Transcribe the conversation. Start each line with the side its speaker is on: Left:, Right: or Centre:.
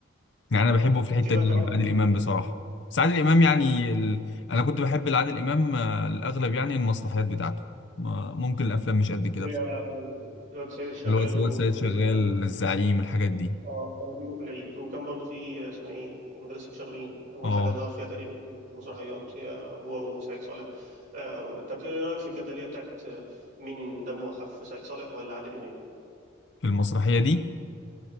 Left: يعني أنا بحبه في الحتة
Right: في بقى
Left: دي
Right: كمان
Left: يعني عادل إمام بصراحة بس عادل إمام يعني ال... أنا كنت بحب عادل إمام آه، الأغلب يعني المسرحيات بتاعته ما- ممكن الأفلام مش قد كده
Right: اللي
Left: بصراحة
Right: هي الواد سيد الشغال
Left: اللي هو سواء
Right: والزعيم
Left: سيد شغال الزعيم الحاجات دي
Right: اه كانوا بيجوا في العيد وكان برضو في اسمها ايه مدرسة مشاغبين أول
Left: أه
Right: حاجة ظهر فيها تقريبا مسرحيات هي هو وسعيد صالح آه طب ايه رأيك في الجدلية بتاعت آه، مين دمه أخف سعيد صالح ولا عادل إمام
Left: في المسرحية دي